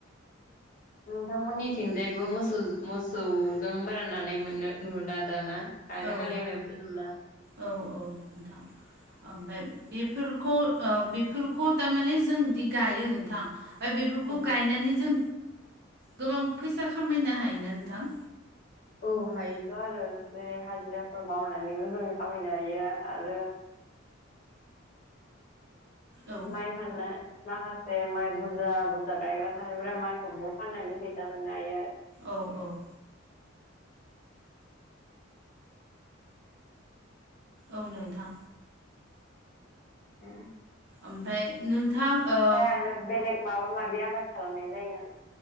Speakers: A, on the left; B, on the right.
A: नोंथांमोननिथिंजायबो मोसौ मोसौजों बारानानाय मोननो नुला दाना आरो
B: औ
A: हाल एवनायबोथ' नुला
B: औ औ नोंथां ओमफ्राय बेफोरखौ बेफोरखौ थारमाने जोंदि गायो नोंथां ओमफ्राय बेफोरखौ
A: औ
B: गायनानै जों गोबां फैसा खामायनो हायोना नोंथां?
A: औ हायोथ' आरो जेरै हाजिराफोर मावनानैबो जों खामायनो हायो आरो
B: औ
A: माइ फाननो माखासे माइ बुरजा बुरजा गायग्रा थनायफोरा माइखौबो फाननायनि फैसा मोननो हायो आरो
B: औ औ औ नोंथां
A: ओम
B: ओमफाय नोंथां ओ
A: आरो बेलेग माबा माबि आबाद खालामनाय जायो नामा